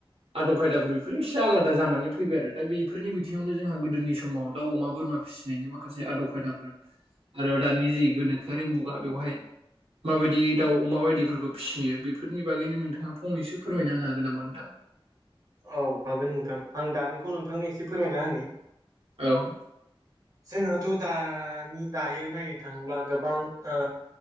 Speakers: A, on the right (about 85°); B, on the right (about 40°).
A: आदब खायदाफोर बेफोर एसे आलादा जानानै फैबाय आरो दा बेफोरनि बिथिङावनो जोंहा गोदोनि समाव दा अमा बोरमा फि। फिसिनायनि माखासे आदब खायदाफोर आरो दानि जि गोनोखोआरि मुगा बेवहाय माबायदि दाउ अमा बायदिफोरखौ फिसियो बेफोरनि बागैनो नोंथाङा फंनैसो फोरमायना होनो हागोन नामा नोंथां
B: औ हागोन नोंथां आं दानिखौ नोंथांनो एसे फोरमायना होनो।
A: औ।
B: जोंहाथ' दानि दायो नायनो थाङोब्ला गोबां ओ